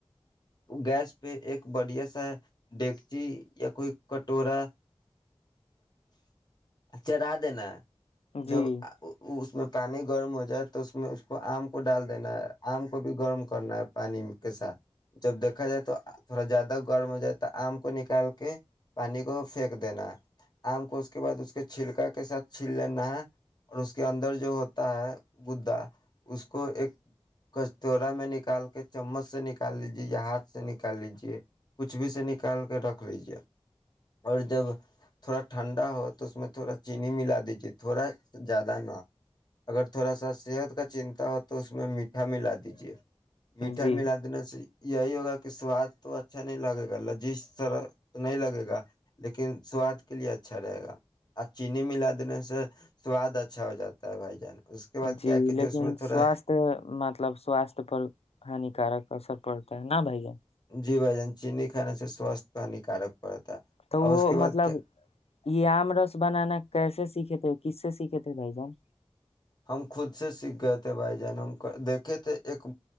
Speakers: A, on the left; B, on the left.
A: گیس پہ ایک بڑھیا سا ڈگچی یا کوئی کٹورا چ رہا دینا
B: جی
A: جب اس میں پانی گرم ہو جائے تو اس میں اس کو آم کو ڈال دینا ہے آم کو بھی گرم کرنا ہے پانی کے ساتھ جب دیکھا جائے تو تھوڑا زیادہ گرم ہو جائے تو آم کو نکال کے پانی کو پھینک دینا ہے آم کو اس کے بعد اس کے چھلکا کے ساتھ چل لینا ہے اور اس کے اندر جو ہوتا ہے گدا اس کو ایک کچورا میں نکال کے چمچ سے نکال لیجے یا ہاتھ سے نکال لیجے کچھ بھی سے نکال کے رکھ لیجے اور جب تھوڑا ٹھنڈا ہو تو اس میں تھوڑا چینی ملا دیجیے تھوڑا زیادہ نہ اگر تھوڑا سا صحت کا چنتا ہو تو اس میں میٹھا ملا دیجے میٹھا
B: جی
A: ملا دینے سے یہی ہوگا کہ سواد تو اچھا نہیں لگے گا لذیذ سرح نہیں لگے گا لیکن سواد کے لیے اچھا رہے گا آ چینی ملا دینے سے سواد اچھا ہو جاتا ہے بھائی جان اس کے بعد
B: جی
A: کیا کہ
B: لیکن
A: جو اس میں تھوڑا
B: سواستھ مطلب سواستھ پر ہانیکارک اثر پڑتا ہے نا بائی جان
A: جی بائی جان جان چیننی کھا سے سوستھ ہانیکارک پڑتا ہے
B: تو وہ
A: اور اس کے بعد
B: مطلب
A: کیا
B: یہ آم رس بنانا کیسے سیکھے تھے کس سے سیکھے تھے بھائی جان
A: ہم خود سے سیکھ گئے تھے بھائی جان ہم دیکھ س تھے ایک